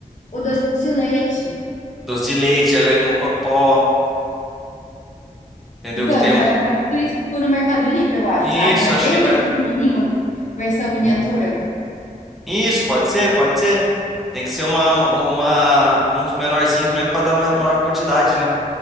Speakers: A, on the left (about 55°); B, in the centre.
A: O doce de leite.
B: Doce de leite, gelé de mocotó, entendeu?
A: Então,
B: Que tem
A: a gente
B: um...
A: pode comprar tudo isso, tipo, no Mercado Livre, eu acho,
B: Isso,
A: sabe? Mas
B: acho
A: bem
B: que
A: aqueles
B: vai...
A: pequenininhos, versão miniatura.
B: Isso, pode ser, pode ser. Tem que ser uma, uma, uma- uns menorzinhos mesmo para dar uma maior quantidade, né?